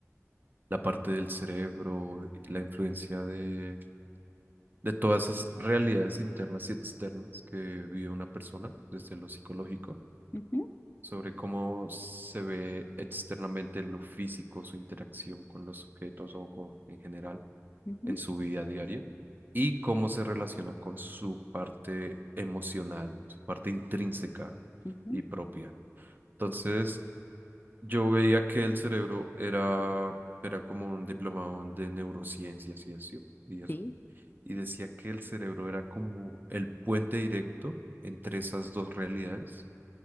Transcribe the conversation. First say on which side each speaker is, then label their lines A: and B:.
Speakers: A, on the right; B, on the left.
A: la parte del cerebro, y la influencia de, de todas esas realidades internas y externas que vive una persona desde lo psicológico,
B: ujú,
A: sobre cómo se ve externamente en lo físico, su interacción con los objetos o con, en general
B: ujú,
A: en su vida diaria y cómo se relaciona con su parte emocional, su parte intrínseca
B: ujú,
A: y propia. Entonces, yo veía que el cerebro era, era como un diplomado de neurociencias y eso, y eso.
B: Sí.
A: Y decía que el cerebro era como el puente directo entre esas dos realidades